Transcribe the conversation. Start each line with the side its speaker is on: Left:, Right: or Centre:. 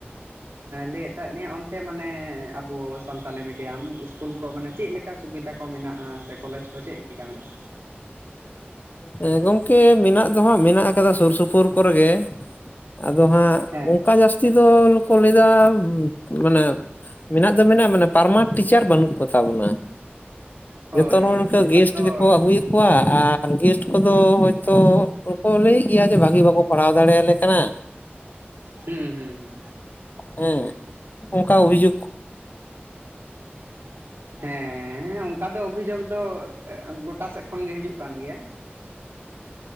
Right: ᱞᱟᱹᱭᱮᱫ ᱛᱟᱦᱮᱸᱫ ᱞᱤᱧ ᱚᱱᱛᱮ ᱢᱟᱱᱮ ᱟᱵᱚ ᱥᱟᱱᱛᱟᱞᱤ ᱢᱤᱰᱤᱭᱟᱢ ᱤᱥᱠᱩᱞ ᱠᱚ ᱢᱟᱱᱮ ᱪᱮᱫ ᱞᱮᱠᱟ ᱠᱟ ᱥᱩᱵᱤᱫᱷᱟ ᱠᱚ ᱢᱮᱱᱟᱜᱼᱟ ᱥᱮ ᱠᱚᱞᱮᱡᱽ ᱠᱚ ᱪᱮᱫ ᱞᱮᱠᱟ ᱢᱮᱱᱟᱜᱼᱟ?
Left: ᱦᱮᱸ ᱜᱚᱢᱠᱮ ᱢᱮᱱᱟᱜ ᱫᱚ ᱦᱟᱸᱜ ᱢᱮᱱᱟᱜ ᱠᱟᱫᱟ ᱥᱩᱨ ᱥᱩᱯᱩᱨ ᱠᱚᱨᱮᱜ ᱜᱮ ᱟᱫᱚ ᱦᱟᱸᱜ
Right: ᱦᱮᱸ
Left: ᱚᱱᱠᱟ ᱡᱟᱹᱥᱛᱤ ᱫᱚᱠᱚ ᱞᱟᱹᱭᱫᱟ ᱢᱟᱱᱮ ᱢᱮᱱᱟᱜ ᱫᱚ ᱢᱮᱱᱟᱜᱼᱟ ᱢᱟᱱᱮ ᱯᱟᱨᱢᱟᱱᱴ ᱴᱤᱪᱟᱨ ᱵᱟᱹᱱᱩᱜ ᱠᱚ ᱛᱟᱵᱚᱱᱟ᱾
Right: ᱦᱳᱭ
Left: ᱡᱚᱛᱚ ᱱᱚᱜᱼᱚ ᱱᱚᱝᱠᱟ
Right: ᱱᱮᱛᱟᱨ
Left: ᱜᱮᱥᱴ
Right: ᱫᱚ
Left: ᱜᱮᱠᱚ ᱟᱹᱜᱩᱭᱮᱫ ᱠᱚᱣᱟ ᱟᱨ ᱟᱨ ᱜᱮᱥᱴ ᱠᱚᱫᱚ ᱦᱚᱭᱛᱳ ᱠᱚ ᱞᱟᱹᱭᱮᱫ ᱜᱮᱭᱟ ᱡᱮ ᱵᱷᱟᱹᱜᱤ ᱵᱟᱠᱚ ᱯᱟᱲᱦᱟᱣ ᱫᱟᱲᱮᱭᱟᱞᱮ ᱠᱟᱱᱟ᱾
Right: ᱦᱩᱸ ᱦᱩᱸ ᱦᱩᱸ᱾
Left: ᱦᱮᱸ ᱚᱱᱠᱟ ᱚᱵᱷᱤᱡᱳᱜᱽ
Right: <unintelligible> ᱦᱮᱸ ᱚᱱᱠᱟ ᱫᱚ ᱚᱵᱷᱤᱡᱳᱜ ᱫᱚ ᱜᱚᱴᱟ ᱥᱮᱫ ᱠᱷᱚᱱ ᱜᱮ ᱦᱤᱡᱩᱜ ᱠᱟᱱ ᱜᱮᱭᱟ᱾